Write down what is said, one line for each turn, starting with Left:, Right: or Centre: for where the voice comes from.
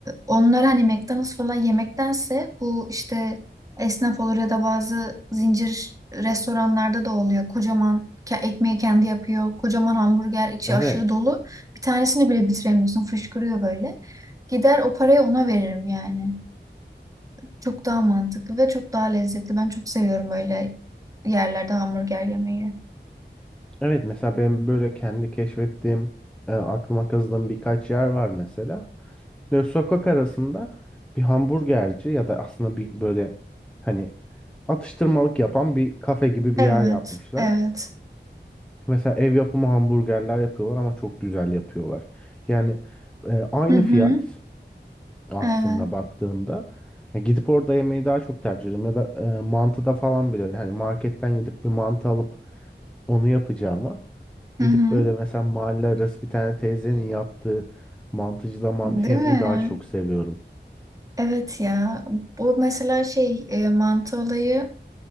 Right: onlar hani McDonald's falan yemektense bu işte esnaf olur ya da bazı zincir restoranlarda da oluyor. Kocaman ke- ekmeği kendi yapıyor. Kocaman hamburger içi
Centre: Evet.
Right: aşırı dolu. Bir tanesini bile bitiremiyorsun. Fışkırıyor böyle. Gider o parayı ona veririm yani. Çok daha mantıklı ve çok daha lezzetli. Ben çok seviyorum öyle yerlerde hamburger yemeyi.
Centre: Evet mesela ben böyle kendi keşfettiğim, e, aklıma kazıdığım birkaç yer var mesela. Böyle sokak arasında bir hamburgerci ya da aslında bir böyle hani atıştırmalık yapan bir kafe gibi bir
Right: Evet,
Centre: yer yapmışlar.
Right: evet.
Centre: Mesela ev yapımı hamburgerler yapıyorlar ama çok güzel yapıyorlar. Yani e, aynı
Right: Hı hı,
Centre: fiyat aslında
Right: evet.
Centre: baktığında E, gidip orada yemeyi daha çok tercih ediyorum. Ya da e, mantıda falan bile yani marketten gidip bir mantı alıp onu yapacağıma gidip
Right: Hı hı.
Centre: böyle mesela mahalle arası bir tane teyzenin yaptığı mantıcıda mantı
Right: Değil
Centre: yemeyi
Right: mi?
Centre: daha çok seviyorum.
Right: Evet ya. Bu mesela şey e, mantı olayı